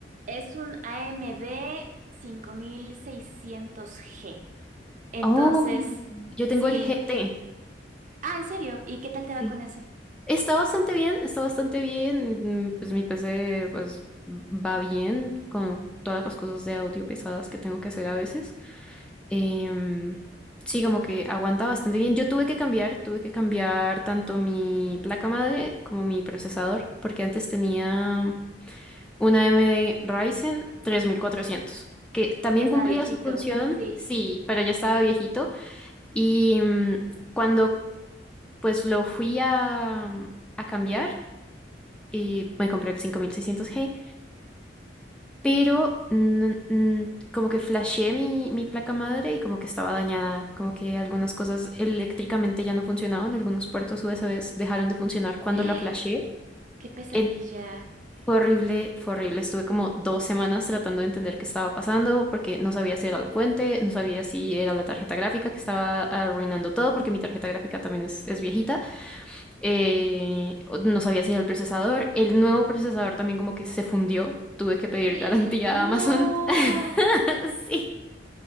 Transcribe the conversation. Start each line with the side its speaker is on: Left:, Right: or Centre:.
Right: es un AMD seiscientos g Entonces...
Centre: Oh, yo tengo
Right: Sí,
Centre: el GT.
Right: Ah, ¿en serio? ¿Y qué tal
Centre: Sí.
Right: te va con ese?
Centre: Está bastante bien, está bastante bien. mm, Pues mi PC pues va bien con todas las cosas de audio pesadas que tengo que hacer a veces. Em, sí, como que aguanta bastante bien. Yo tuve que cambiar, tuve que cambiar tanto mi placa madre como mi procesador, porque antes tenía una AMD Ryzen tres mil cuatrocientos que también
Right: Ya estaba
Centre: cumplía
Right: viejito,
Centre: su función,
Right: sí.
Centre: sí, pero ya estaba viejito. Y mm, cuando pues lo fui a, a cambiar, y me compré el cinco mil seiscientos g pero mm, mm, como que flasheé mi, mi placa madre y como que estaba dañada, como que algunas cosas eléctricamente ya no funcionaban, algunos puertos USB dejaron de funcionar
Right: <gasps>
Centre: cuando
Right: ¡Eh!
Centre: la flasheé.
Right: ¡Qué pesadilla!
Centre: En- Fue horrible, fue horrible. Estuve como dos semanas tratando de entender qué estaba pasando porque no sabía si era la fuente, no sabía si era la tarjeta gráfica que estaba arruinando todo porque mi tarjeta gráfica también es, es viejita eh, no sabía si era el procesador. El nuevo procesador también como que se fundió. Tuve que pedir
Right: <gasps> ¡Eh!
Centre: garantía
Right: ¡No!
Centre: a Amazon. <laughs> Sí,